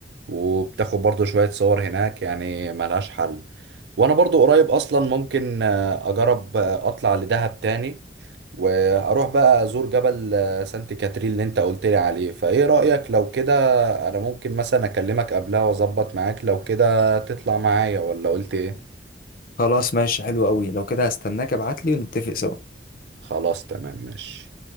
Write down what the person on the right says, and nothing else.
وبتاخد برضه شويه صور هناك يعني ملهاش حل وانا برضه قريب اصلا ممكن آه، اجرب آه، اطلع لدهب تاني واروح بقى ازور جبل آه، سانت كاترين اللي انت قلت لي عليه فايه رايك لو كده انا ممكن مثلا اكلمك قبلها واظبط معاك لو كده هتطلع معايا ولا قلت ايه
خلاص تمام ماشي